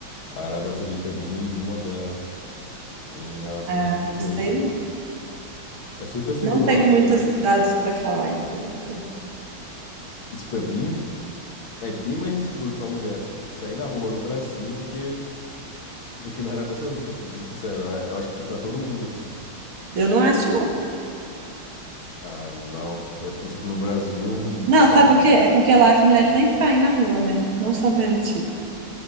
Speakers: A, on the left; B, on the right.
A: A Arábia Saudita é bem, bem moderna em relação
B: Ah,
A: a esse tipo de coisa,
B: sei
A: sabe?
B: não.
A: É super seguro
B: Não tenho
A: lá
B: muitos
A: e
B: dados para falar, então. não sei.
A: isso é bem, é bem mais inseguro pra mulher sair na rua no Brasil do que do que na Arábia Saudita, sendo bem sincero. É- Eu acho que pra todo mundo assim.
B: Eu não acho não.
A: Ah, não, é porque tipo no Brasil, hum,
B: Não,
A: cara,
B: sabe por quê? É porque lá as mulheres
A: hum.
B: nem saem na rua, né? Não são permitidas.